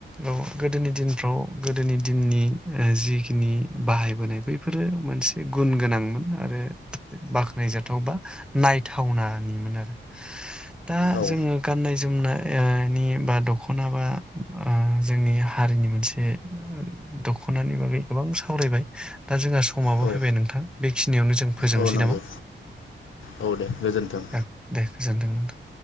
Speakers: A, in the centre; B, on the left.
A: औ गोदोनि दिनफ्राव गोदोनि दिननि ओ जिखिनि बाहायबोनाय बैफोरो मोनसे गुन गोनांमोन आरो बाख्नायजाथाव बा नायथावनानिमोन आरो दा
B: औ
A: जोङो गाननाय जोमना ओनि बा दख'ना बा ओ जोंनि हारिनि मोनसे दख'नानि बागै गोबां सावरायबाय दा जोंहा समाबो
B: औ
A: फैबाय नोंथां बेखिनियावनो जों फोजोबनोसै
B: औ नंगौ
A: नामा?
B: औ दे गोजोन्थों
A: ओं दे गोजोनथों नोंथां।